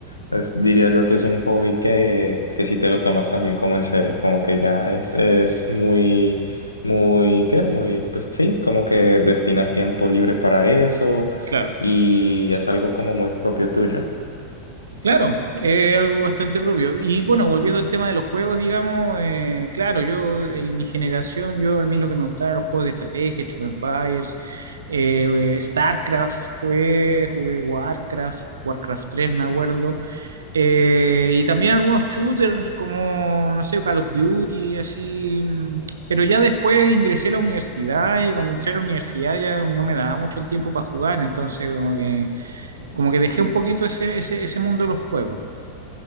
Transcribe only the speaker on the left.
Pues diría yo que es un hobby que, que si te lo tomas también como en serio, como que ya es, es muy, muy, ¿qué? Muy, pues sí, como que destinas tiempo libre para eso
y es algo como muy propio tuyo.